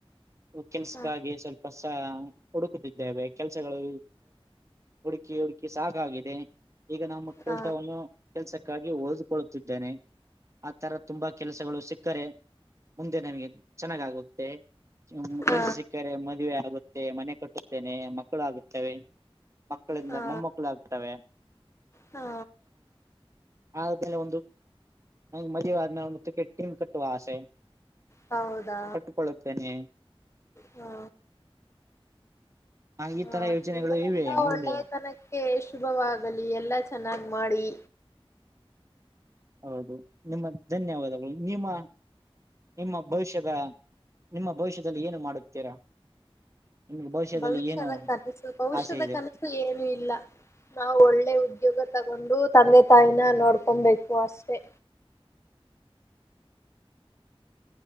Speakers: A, on the right; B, on the left.
A: ಕೆನ್ಸಕ್ಕಾಗಿ
B: ಹಾ
A: ಸ್ವಲ್ಪ ಹುಡುಕುತ್ತಿದ್ದೇವೆ ಕೆಲಸಗಳು ಹುಡುಕಿ ಹುಡುಕಿ ಸಾಕಾಗಿದೆ ಈಗ ನಾ ಕೆಲ್ಸವನ್ನು
B: ಹಾ
A: ಕೆಲ್ಸಕ್ಕಾಗಿ ಓದಿಕೊಳ್ಳುತ್ತಿದ್ದಾನೆ ಈ ತರ ತುಂಬಾ ಕೆಲಸಗಳು ಸಿ ಕರೆ ಮುಂದೆ ನಮಗೆ ಚೆನ್ನಾಗಾಗುತ್ತೆ
B: ಹಾ
A: ಕೆಲ್ಸ ಸಿಕ್ಕ ಮದುವ ಆಗುತ್ತೆ ಮನೆ ಕಟ್ಟುತ್ತೇನೆ ಮಕ್ಕಳು ಆಗುತ್ತವೆ ಮಕ್ಕಳಿಂದ
B: ಹಾ
A: ಮಮ್ಮಕ್ಕಳ ಆಗ್ತವೆ
B: ಹಾ
A: ಆದ್ಮೇಲೆ ಒಂದು ನಂಗೆ ಮದುವೆ ಆದ್ಮೇಲೆ ಒಿಕೆಟ್ ಟೀಮ್ ಕಟ್ಟುವ ಆಸೆ
B: ಹೌದಾ
A: ಕಟ್ಟಿಕೊಳ್ಳುತ್ತೇನೆ
B: ಹಾ
A: ಹ ಈ
B: ಹಾ
A: ತರ ಯೋಜನೆಗಳು
B: ನಿಮ್ಮ
A: ಇವೆ
B: ಎಲ್ಲಾ
A: ಮುಂದೆ
B: ಒಳ್ಳೆಯತನಕ್ಕೆ ಶುಭವಾಗಲಿ ಎಲ್ಲಾ ಚೆನ್ನಾಗ್ ಮಾಡಿ
A: ಹೌದು ನಿಮ್ಮ ಧನ್ಯವಾದಗಳು ನಿಮ್ಮ ನಿಮ್ಮ ಭವಿಷ್ಯದ ನಿಮ್ಮ ಭವಿಷ್ಯದಲ್ಲಿ ಏನು ಮಾಡುತ್ತೀರಾ ನಿಮ್ಗೆ ಭವಿಷ್ಯದಲ್ಲಿ
B: ಭವಿಷ್ಯದ
A: ಏನು
B: ಕನಸು ಭವಿಷ್ಯದ
A: ಆಸೆ ಇದೆ
B: ಕನಸು ಏನು ಇಲ್ಲ ನಾವು ಒಳ್ಳೆ ಉದ್ಯೋಗ ತಗೊಂಡು ತಂದೆ ತಾಯಿನ ನೋಡ್ಕೊಬೇಕು ಅಷ್ಟೆ